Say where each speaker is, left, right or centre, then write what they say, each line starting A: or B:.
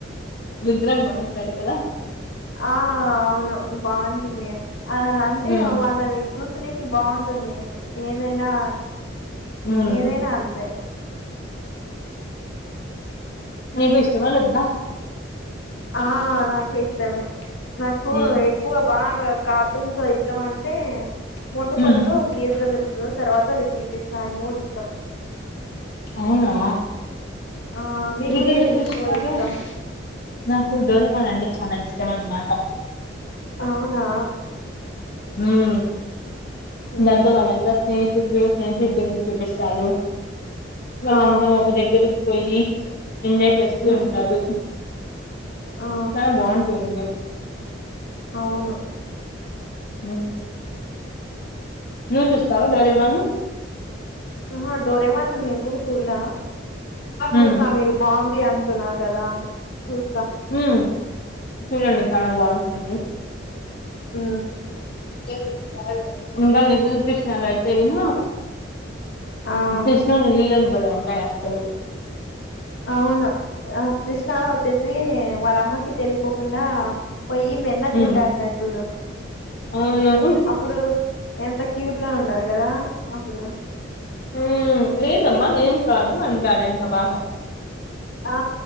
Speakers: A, on the left; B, on the left.
A: రుద్ర బాఉంటాడు కదా
B: ఆ అవును బాఉంటుంది ఆ అంటే
A: ఉమ్
B: వాళ్ళవి చూసి బాఉం ఉంటుంది ఏదైనా
A: ఉమ్
B: ఏదైనా అంతే
A: నీకూ ఇష్టమా లద్దా
B: ఆ నాకు ఇష్టమే నాకు
A: ఉమ్
B: ఎక్కువ బాగా కాటూన్స్ అ ఇష్టం అంటే మోటూ పత్లు
A: ఉమ్
B: వీర బ్రదర్ తు తర్వాత లిటిల్ కృష్ణా యి మూడు ఇష్టం
A: అవునా
B: ఆ మీకు
A: లిటిల్
B: ఏది
A: కృష్ణలో
B: ఎక్కువ ఇస్తాం
A: నాకు డోరేమాన్ చాలా ఇష్టం అనమాట
B: అవునా
A: మ్
B: మ్మ్
A: నందలు అలందా స్నేహితులు నద్ద నం <unintelligible> కష్టాలు వాళ్ళంతా
B: ఆ
A: ఒక దగ్గరకు పోయి ఎంజాయ్ చేస్తూ
B: మ్మ్.
A: ఉంటారు
B: ఆ
A: క బాగుంటుంది
B: అవును
A: ఆ నువ్వు చూస్తావా డోరేమాలు
B: ఒహొ డోరేమన్ నిను కూడ చూల్ల చూస్తా
A: ఉమ్
B: మీరు బాగుంది అంటున్నారు కదా చూస్తా
A: హ్మ్ చూడండి చాలా బాగుంటుంది
B: ఊ
A: దేకుడు ఇంకాచాల్లె ఇంగా లిటిల్ కృష్ణ లొ అయితే గిన
B: ఆ
A: కృష్ణుని లీలలు బలే <unintelligible> లు
B: అవును ఆ కృష్ణ వచ్చేసి వాళ్ళమ్మకి తెలియకోకుండా పోయి వెన్న తింటన్నాడు
A: ఉమ్
B: చూడు
A: అవును ఉమ్
B: అప్పుడు ఎంత క్యూట్ గా ఉంటారు కదా అప్పుడు
A: ఉ లేద్ లేమ్మా నేన్ తాగి అంథడింత <unintelligible> వాగ
B: ఆ